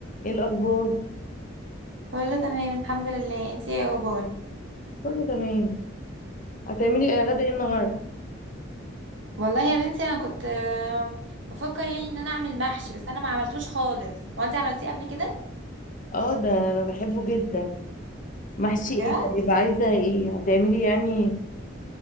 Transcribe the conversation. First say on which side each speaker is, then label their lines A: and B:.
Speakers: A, on the left; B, on the right.
A: ايه الاخبار
B: كله تمام الحمد لله انتي ايه اخبارك
A: كله تمام هتعملي ايه غدا ايه النهارده
B: والله يا بنتي انا كنت آه، بفكر يعني ان انا اعمل محشي بس انا ما عملتوش خالص هو انتي عملتيه قبل كده
A: اه ده انا بحبه جدا محشي
B: بجد
A: ايه طيب عايزه ايه هتعملي يعني